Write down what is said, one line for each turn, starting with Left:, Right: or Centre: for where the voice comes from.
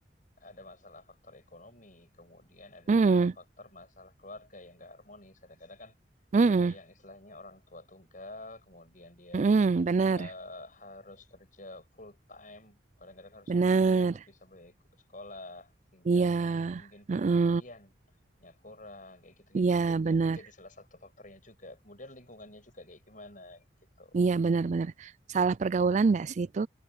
Left: ada masalah faktor ekonomi, kemudian ada
Right: Mm-mm.
Left: juga faktor masalah keluarga yang nggak harmonis. Kadang-kadang kan
Right: Mm-mm.
Left: ada yang istilahnya orang tua tunggal, kemudian dia
Right: Mm-mm. benar
Left: eee, harus kerja full time, kadang-kadang harus
Right: benar
Left: lembur untuk bisa bayar sekolah, sehingga
Right: iya
Left: mungkin
Right: Mm-mm.
Left: perhatiannya kurang, kayak gitu-gitu.
Right: iya
Left: Itu
Right: benar
Left: mungkin jadi salah satu faktornya juga, kemudian lingkungannya juga kayak gimana, gitu.
Right: Iya benar-benar salah pergaulan nggak sih itu